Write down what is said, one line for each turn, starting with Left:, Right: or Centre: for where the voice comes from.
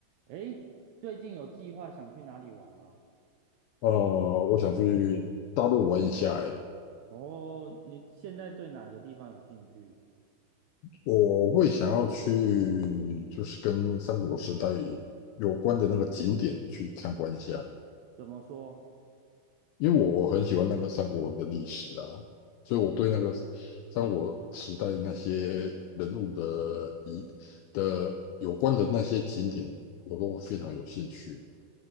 Right: 诶，最近有计划想去哪里玩吗？
Left: 呃，我想去大陆玩一下，诶，
Right: 哦，你现在对哪个地方有兴趣？
Left: 我会想要去就是跟三国时代有关的那个景点去参观一下，
Right: 怎么说？
Left: 因为我很喜欢那个三国的历史啊，所以我对那个三国时代那些人物的一的有关的那些景点，我都非常有兴趣